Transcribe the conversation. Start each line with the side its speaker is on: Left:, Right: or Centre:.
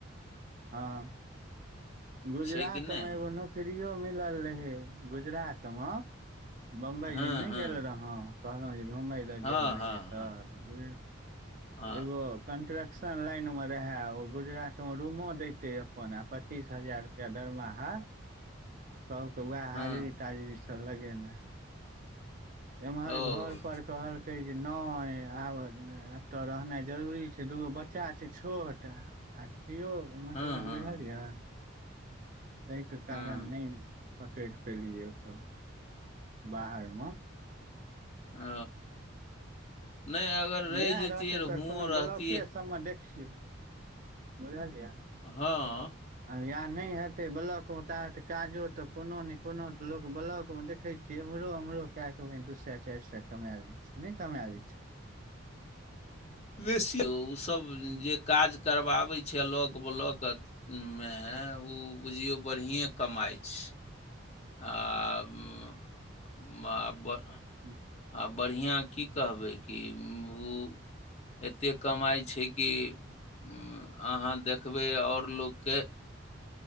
Right: हँ गुजरात
Left: छै कि नहि
Right: मे एगो न। करियों मिलल रहै गुजरात मे। बम्बई
Left: हँ
Right: जी नहि
Left: हँ
Right: गेल रहौ कहलहुँ जे घुमय लए
Left: हँ
Right: गेल रहिय
Left: हँ हँ
Right: तऽ हूँ।।
Left: हँ
Right: एगो। कन्स्ट्रक्शन लाइनमे रहए ओ गुजरातमे रूमो देैते अपन आ पचीस हजार। के दरमहा। सभकेँ उएह
Left: हँ
Right: हाजिरी ताजरी सभ लगेना। एम्हर
Left: ओ
Right: घर पर कहलकै जे नई आब। तो रहनाइ जरूरी छै दूगो बच्चा छै छोट आ कियो मतलब
Left: हँ हँ
Right: बुझ। यै। तै के
Left: हँ
Right: कारण नै पकड़ पेलियै ओतऽ बाहरमे।
Left: ओ। नै अगर। रहि
Right: यैह
Left: जैतियै
Right: रहते
Left: रऽ
Right: सर
Left: हुओं
Right: कोनो
Left: रहतियै
Right: ब्लॉके सबमे देखियौ बुझलियै।
Left: हां।
Right: या नै हेतै ब्लॉक में ताते काजो तऽ कोनो नै कोनो तऽ लोक ब्लॉक मे देखै छीयै एम्होरो उम्हरों कए क के ओ दू सए चारि सए कमाय लै छै, नै कमाए लै छै।
Left: बेसी उ सब जे काज करबाबै छै लॉक ब्लॉक अ मे ओ बुझियौ बढ़िए कमाइ छै। आ उम्म आ ब
Right: हुं।
Left: आब बढ़िया की कहबै कि उम्म ओ एतेक कमाइ छै। कि उम्म अहाँ देखबै और लोकके